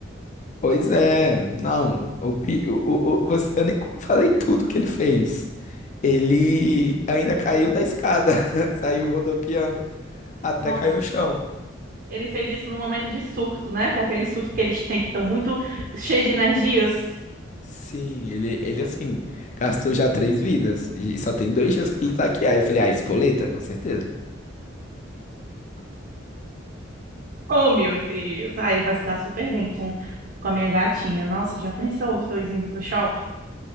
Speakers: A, on the left; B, on the right.
A: Pois é, não. O, pi- o, o, o- você- eu nem falei tudo que ele fez. Ele ainda caiu da escada, <laughs> saiu rodopiando. até
B: Nossa.
A: cair no chão.
B: Ele fez isso num momento de surto, né? Que é aquele surto que eles têm que estão muito cheios de energias.
A: Sim, ele, ele assim, gastou já três vidas e só tem dois dias que ele tá aqui. Aí eu falei, ah, espoleta, com certeza.
B: Oh, meu Deus. Aí vai se dar super bem com, com a minha gatinha. Nossa, já pensou os dois indo pro shopping?